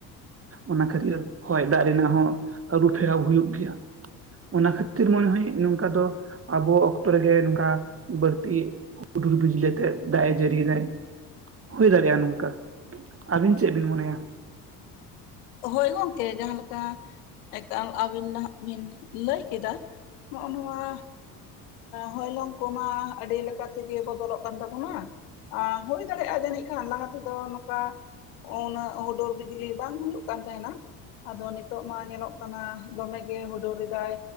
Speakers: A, on the right; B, on the left.
A: ᱚᱱᱟ ᱠᱷᱟᱹᱛᱤᱨ ᱦᱚᱭ ᱫᱟᱜ ᱨᱮᱱᱟᱜ ᱦᱚᱸ ᱟᱹᱨᱩᱯᱷᱮᱨᱟᱣ ᱦᱩᱭᱩᱜ ᱜᱮᱭᱟ ᱚᱱᱟ ᱠᱷᱟᱹᱛᱤᱨ ᱢᱚᱱᱮ ᱦᱚᱭ ᱱᱚᱝᱠᱟ ᱫᱚ ᱟᱵᱚ ᱚᱠᱛᱚ ᱨᱮᱜᱮ ᱱᱚᱝᱠᱟ ᱵᱟᱹᱲᱛᱤ ᱦᱩᱰᱩᱨ ᱵᱤᱡᱽᱞᱤ ᱟᱛᱮᱜ ᱫᱟᱜ ᱮ ᱡᱟᱹᱲᱤᱭᱮᱫᱟᱭ ᱦᱩᱭ ᱫᱟᱲᱮᱭᱟᱜᱼᱟ ᱱᱚᱝᱠᱟ ᱟᱹᱵᱤᱱ ᱪᱮᱫ ᱵᱤᱱ ᱢᱚᱱᱮᱭᱟ
B: ᱦᱳᱭ ᱜᱚᱝᱠᱮ ᱡᱟᱦᱟᱸ ᱞᱮᱠᱟ ᱮᱠᱟᱞ ᱟᱹᱵᱤᱱ ᱱᱟᱦᱟᱜ ᱵᱤᱱ ᱞᱟᱹᱭ ᱠᱮᱫᱟ ᱱᱚᱜᱼᱚ ᱱᱚᱣᱟ ᱦᱚᱭᱞᱚᱝ ᱠᱚᱢᱟ ᱟᱹᱰᱤ ᱞᱮᱠᱟ ᱛᱮᱜᱮ ᱵᱚᱫᱚᱞᱚᱜ ᱠᱟᱱ ᱛᱟᱵᱚᱱᱟ ᱦᱩᱭ ᱫᱟᱲᱮᱭᱟᱜᱼᱟ ᱡᱟᱹᱱᱤᱡ ᱠᱷᱟᱱ ᱞᱟᱦᱟ ᱛᱮᱫᱚ ᱱᱚᱝᱠᱟ ᱩᱱᱟᱹᱜ ᱦᱩᱰᱚᱨ ᱵᱤᱡᱽᱞᱤ ᱵᱟᱝ ᱦᱩᱭᱩᱜ ᱠᱟᱱ ᱛᱟᱦᱮᱱᱟ ᱟᱫᱚ ᱱᱤᱛᱚᱜ ᱢᱟ ᱧᱮᱞᱚᱜ ᱠᱟᱱᱟ ᱫᱚᱢᱮ ᱜᱮ ᱦᱳᱰᱳᱨ ᱮᱫᱟᱭ